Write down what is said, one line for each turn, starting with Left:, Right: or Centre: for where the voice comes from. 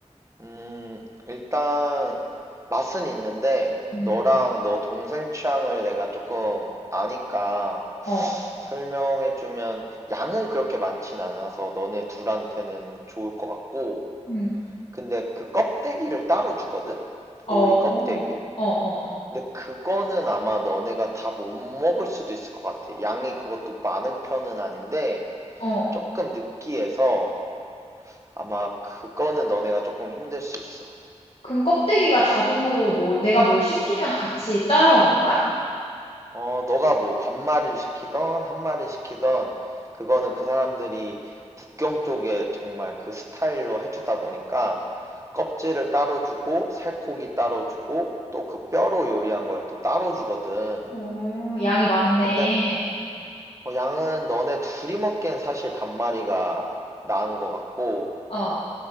Right: 음, 일단, 맛은 있는데,
Left: 응,
Right: 너랑 너 동생 취향을 내가 조금 아니까
Left: 어,
Right: 설명해주면, 양은 그렇게 많진 않아서 너네 둘한테는 좋을 것 같고,
Left: 음
Right: 근데 그 껍데기를 따로 주거든?
Left: 어,
Right: 오리 껍데기?
Left: 어, 어, 어,
Right: 근데 그거는 아마 너네가 다 못 먹을 수도 있을 것 같아. 양이 그것도 많은 편은 아닌데,
Left: 어.
Right: 조금 느끼해서 아마 그거는 너네가 조금 힘들 수 있어.
Left: 그럼 껍데기가 자동으로 뭐, 내가 뭘 시키면 같이 따라오는 거야?
Right: 어, 너가 뭐 반말을 시키던 한말을 시키던 그거는 그 사람들이 북경 쪽에 정말 그 스타일로 해주다 보니까 껍질을 따로 주고 살코기 따로 주고 또 그 뼈로 요리한 걸 또 따로 주거든.
Left: 오, 양이 많네.
Right: 근데 어, 양은 너네 둘이 먹기엔 사실 반마리가 나은 것 같고,
Left: 어,